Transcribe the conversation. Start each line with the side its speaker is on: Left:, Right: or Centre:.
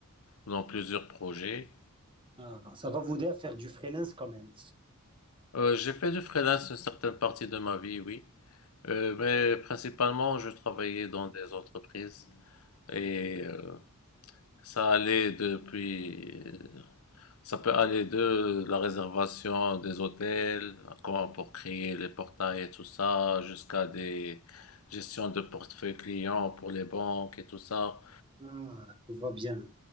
Left: dans plusieurs projets.
Right: Ah, ça va vous aider à faire du freelance quand même.
Left: Euh, j'ai fait du freelance une certaine partie de ma vie, oui. Euh, mais principalement, je travaillais dans des entreprises et euh, ça allait depuis Ça peut aller de la réservation des hôtels, comment pour créer les portails et tout ça, jusqu'à des gestions de portefeuille client pour les banques et tout ça.
Right: Ah, je vois bien.